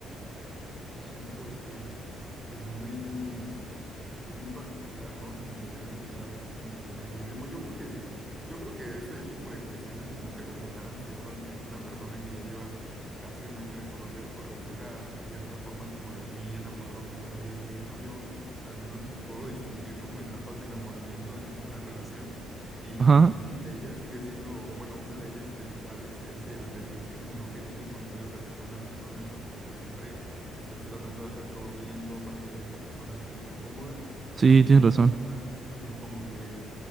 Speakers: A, on the right; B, on the right.
A: Chispas, pues pues, es muy, es muy particular, ¿no? Como tener ansiedad y nerviosismo. Yo creo que sí. Yo creo que ese tipo de cuestiones, como que reflejar ansiedad ante una persona que ya llevas casi un año de conocer, pues refleja de cierta forma como lo muy enamorado que todavía sigues, ¿no? Yo al menos puedo distinguir como etapas de enamoramiento dentro de una relación y
B: Ajá,
A: una de ellas sigue siendo, o bueno, una de ellas principales es el nerviosismo, ¿no? Que tienes cuando empiezas a salir con una persona, ¿no? Como que siempre estás tratando de hacer todo bien, todo para que esa persona se sienta cómoda
B: sí,
A: y
B: tienes
A: de esa
B: razón.
A: forma ujú, como que